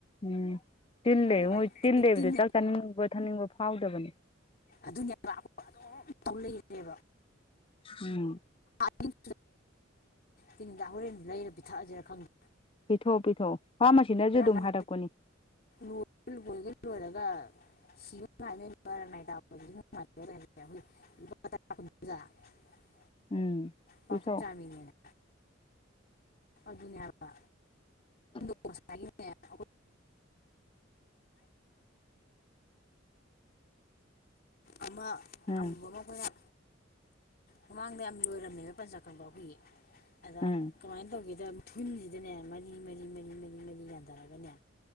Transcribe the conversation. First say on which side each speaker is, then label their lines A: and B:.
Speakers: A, on the left (about 30°); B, on the left (about 50°).
A: ꯎꯝ ꯇꯤꯜꯂꯦ
B: ꯑꯗꯨꯅ
A: ꯃꯣꯏ ꯇꯤꯜꯂꯩꯕꯗꯣ
B: ꯇꯤꯟ
A: ꯆꯥꯛ ꯆꯥꯅꯤꯡꯕ ꯊꯛꯅꯤꯡꯕ ꯐꯥꯎꯗꯕꯅꯦ
B: ꯑꯗꯨꯅꯦꯕ <unintelligible> ꯑꯗꯨꯝ ꯇꯧ ꯂꯩꯔꯦꯕ
A: ꯎꯝ
B: <unintelligible> ꯇꯤꯟ ꯍꯤꯗꯥꯛ ꯍꯣꯔꯦꯟꯗꯤ ꯂꯩꯔ ꯄꯤꯊꯛꯑꯖꯤꯔꯥ ꯈꯪꯗꯦ
A: ꯄꯤꯊꯛꯑꯣ ꯄꯤꯊꯛꯑꯣ ꯐꯥꯔꯃꯁꯤꯅꯁꯨ
B: ꯕꯦꯔꯥ
A: ꯑꯗꯨꯝ
B: ꯀꯥꯟ
A: ꯍꯥꯢꯔꯛꯄꯅꯤ
B: ꯂꯣꯏꯕ ꯂꯣꯏꯔꯒ
A: <inaudible>
B: <unintelligible>
A: ꯎꯝ
B: ꯄꯥꯡꯊꯣꯛ
A: ꯄꯤꯊꯛꯑꯣ
B: ꯆꯥꯃꯤꯅꯦꯅ ꯑꯗꯨꯅꯦ ꯍꯥꯢꯕ
A: <unintelligible>
B: ꯉꯁꯥꯏꯒꯤꯅꯦ <unintelligible> <unintelligible> ꯑꯃ
A: ꯎꯝ
B: ꯑꯃꯨꯕ ꯑꯃ ꯑꯩꯈꯣꯏꯅ ꯃꯃꯥꯡꯗ ꯌꯥꯝ ꯂꯣꯏꯔꯝꯃꯦꯕ ꯄꯟꯖꯥ ꯈꯪꯕ꯭ꯔ ꯍꯨꯏ ꯑꯗ
A: ꯎꯝ
B: ꯀꯃꯥꯏꯅ ꯇꯧꯒꯦꯗ ꯊꯨꯟꯁꯤꯗꯅꯦ ꯃꯔꯤ ꯃꯔꯤ ꯃꯔꯤ ꯃꯔꯤ ꯃꯔꯤ ꯌꯥꯟꯊꯔꯒꯅꯦ